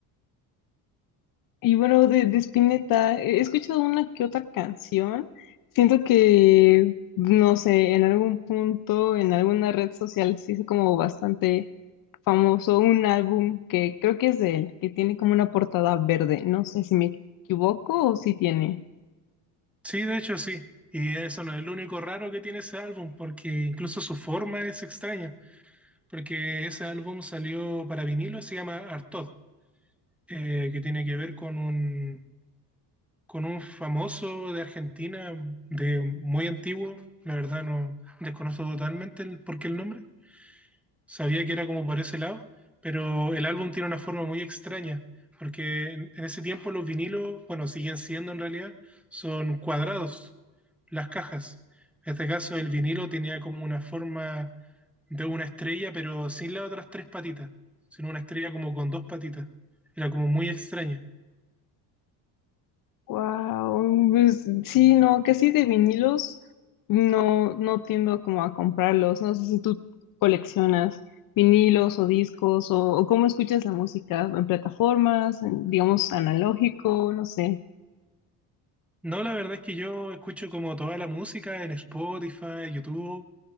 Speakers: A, on the left; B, in the centre.
A: Y bueno, de, de Spinetta, he escuchado una que otra canción. Siento que, no sé, en algún punto, en alguna red social se hizo como bastante famoso un álbum que creo que es de él, que tiene como una portada verde. No sé si me equivoco o si tiene.
B: Sí, de hecho sí. Y eso no es lo único raro que tiene ese álbum, porque incluso su forma es extraña. porque ese álbum salió para vinilo, se llama Artod, eh, que tiene que ver con un, con un famoso de Argentina, de muy antiguo, la verdad no desconozco totalmente el, por qué el nombre, sabía que era como por ese lado, pero el álbum tiene una forma muy extraña, porque en, en ese tiempo los vinilos, bueno, siguen siendo en realidad, son cuadrados las cajas. En este caso el vinilo tenía como una forma de una estrella, pero sin las otras tres patitas, sino una estrella como con dos patitas. Era como muy extraña.
A: Wow, pues, sí, no, casi de vinilos no, no tiendo como a comprarlos. No sé si tú coleccionas vinilos o discos o, o cómo escuchas la música en plataformas, en, digamos analógico, no sé.
B: No, la verdad es que yo escucho como toda la música en Spotify, YouTube,